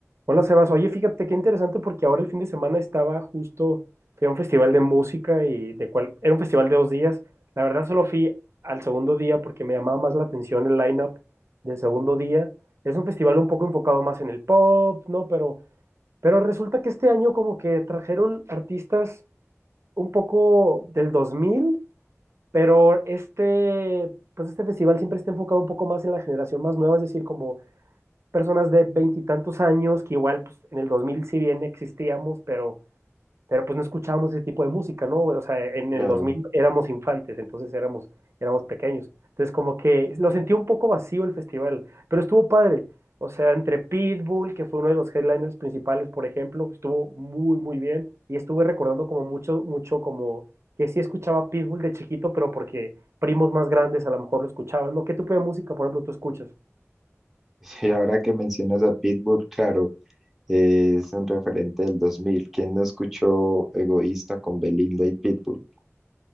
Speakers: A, on the right; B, in the centre.
A: Hola Sebas, oye, fíjate qué interesante porque ahora el fin de semana estaba justo, fui a un festival de música y de cual, era un festival de dos días. La verdad solo fui al segundo día porque me llamaba más la atención el line-up del segundo día. Es un festival un poco enfocado más en el pop, ¿no? Pero, pero resulta que este año como que trajeron artistas un poco del 2000, pero este, pues este festival siempre está enfocado un poco más en la generación más nueva, es decir, como personas de veintitantos años que igual pues, en el 2000 si bien existíamos, pero, pero pues no escuchábamos ese tipo de música, ¿no? O sea, en
B: Claro,
A: el 2000 éramos infantes, entonces éramos, éramos pequeños. Entonces como que lo sentí un poco vacío el festival, pero estuvo padre. O sea, entre Pitbull, que fue uno de los headliners principales, por ejemplo, estuvo muy, muy bien. Y estuve recordando como mucho, mucho como que sí escuchaba Pitbull de chiquito, pero porque primos más grandes a lo mejor lo escuchaban, ¿no? ¿Qué tipo de música, por ejemplo, tú escuchas?
B: <laughs> y ahora que mencionas a Pitbull, claro, eh, es un referente del dos mil ¿Quién no escuchó Egoísta con Belinda y Pitbull?